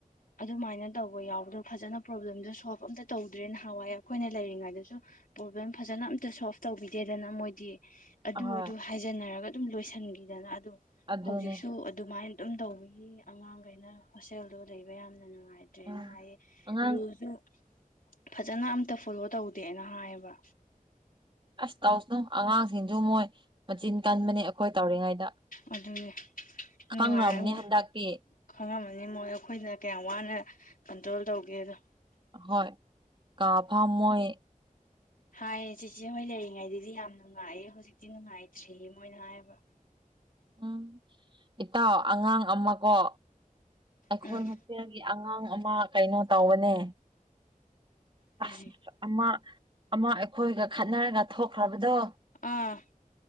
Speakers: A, on the left; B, on the right.
A: ꯑꯗꯨꯃꯥꯏꯅ ꯇꯧꯕ ꯌꯥꯎꯕꯗꯣ ꯐꯖꯅ ꯄ꯭ꯔꯣꯕ꯭ꯂꯦꯝꯗꯣ ꯁꯣꯜꯕ ꯑꯝꯇ ꯇꯧꯗ꯭ꯔꯦ ꯅꯍꯥꯟꯋꯥꯏ ꯑꯩꯈꯣꯏꯅ ꯂꯩꯔꯤꯉꯩꯗꯁꯨ ꯄ꯭ꯔꯣꯕ꯭ꯂꯦꯝ ꯐꯖꯅ ꯑꯝꯇ ꯁꯣꯜꯕ ꯇꯧꯕꯤꯗꯦꯗꯅ ꯃꯣꯏꯗꯤ ꯑꯗꯨ
B: ꯑꯍꯣꯏ
A: ꯑꯗꯨ ꯍꯥꯏꯖꯟꯅꯔꯒ ꯑꯗꯨꯝ ꯂꯣꯏꯁꯤꯟꯈꯤꯗꯅ ꯑꯗꯣ
B: ꯑꯗꯨꯅꯦ
A: ꯍꯧꯖꯤꯛꯁꯨ ꯑꯗꯨꯃꯥꯏꯅ ꯑꯗꯨꯝ ꯇꯧꯕꯒꯤ ꯑꯉꯥꯡꯈꯩꯅ ꯍꯣꯁꯇꯦꯜꯗꯣ ꯂꯩꯕ ꯌꯥꯝꯅ ꯅꯨꯡꯉꯥꯏꯗ ꯐꯠꯇ꯭ꯔꯦꯅ
B: ꯎꯝ
A: ꯍꯥꯏꯌꯦ
B: ꯑꯉꯥꯡ
A: ꯔꯨꯜꯁꯨ ꯐꯖꯅ ꯑꯝꯇ ꯐꯣꯂꯣ ꯇꯧꯗꯦꯅ ꯍꯥꯏꯌꯦꯕ꯫
B: ꯑꯁ ꯇꯧꯁꯅꯨ ꯑꯉꯥꯡꯁꯤꯡꯁꯨ ꯃꯣꯏ ꯃꯆꯤꯟ ꯀꯟꯕꯅꯤ ꯑꯩꯈꯣꯏ ꯇꯧꯔꯤꯉꯩꯗ
A: ꯑꯗꯨꯗꯤ ꯅꯨꯡꯉꯥꯏꯅꯨꯡ
B: ꯈꯪꯔꯝꯅꯤ ꯍꯟꯗꯛꯇꯤ
A: ꯈꯪꯉꯝꯃꯅꯤ ꯃꯣꯏ ꯑꯩꯈꯣꯏꯅ ꯀꯌꯥꯝ ꯋꯥꯅ ꯀꯟꯇ꯭ꯔꯣꯜ ꯇꯧꯒꯦꯗꯣ꯫
B: ꯍ ꯀꯥ ꯐꯥ ꯃꯣꯏ
A: ꯍꯥꯏꯌꯦ ꯆꯦꯆꯦ ꯍꯣꯏ ꯂꯩꯔꯤꯉꯩꯗꯗꯤ ꯌꯥꯝ ꯅꯨꯡꯉꯥꯏꯑꯦ ꯍꯧꯖꯤꯛꯇꯤ ꯅꯨꯡꯉꯥꯏꯇ꯭ꯔꯤꯌꯦ ꯃꯣꯏꯅ ꯍꯥꯏꯔꯕ꯭ꯔꯥ
B: ꯎꯝ ꯏꯇꯥꯎ ꯑꯉꯥꯡ ꯑꯃꯀꯣ ꯑꯩꯈꯣꯏ
A: ꯎꯝ
B: ꯍꯣꯁꯇꯦꯜꯒꯤ ꯑꯉꯥꯡ ꯑꯃ ꯀꯩꯅꯣ ꯇꯧꯕꯅꯦ꯫
A: ꯀꯔꯤ
B: ꯑꯁ ꯑꯃ ꯑꯃ ꯑꯩꯈꯣꯏꯒ ꯈꯠꯅꯔꯒ ꯊꯣꯛꯈ꯭ꯔꯕꯗꯣ
A: ꯑꯥ